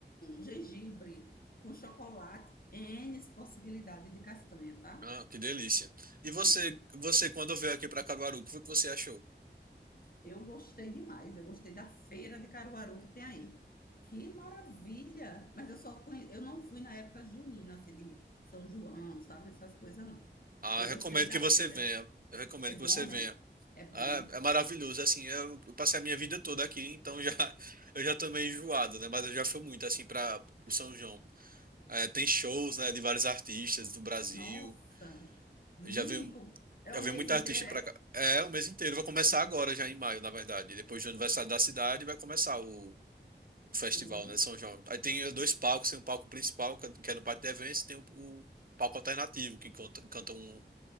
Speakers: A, on the left; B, on the right.
A: gengibre, com chocolate, N possibilidade de castanha, tá?
B: ah, que delícia. E você,
A: E,
B: você quando veio aqui para Caruaru, o que foi que você achou?
A: e eu gostei demais, eu gostei da feira de Caruaru que tem aí. Que maravilha! Mas eu só conhe... eu não fui na época junina, assim, de São João, sabe? Essas coisas não.
B: Ah,
A: Eu
B: eu
A: gostei
B: recomendo
A: da
B: que você
A: feira.
B: venha. Eu recomendo
A: É bom,
B: que você venha.
A: né? É bom,
B: Ah,
A: é?
B: é maravilhoso, assim, eu eu passei a minha vida toda aqui, então já <laughs> eu já tô meio enjoado, né? Mas eu já fui muito assim para o São João. É, tem shows, né, de vários artistas do Brasil.
A: Nossa! Nico!
B: Eu já vi
A: É
B: Já
A: um
B: veio
A: mês
B: muita
A: inteiro,
B: artista pra
A: é?
B: cá. É, o mês inteiro. Vai começar agora, já em maio, na verdade. Depois do aniversário da cidade, vai começar o o festival,
A: Olha!
B: né? São João. Aí tem dois palcos. Tem um palco principal, que é que é no Pátio de Eventos, e tem o, o palco alternativo, que conta- canta um,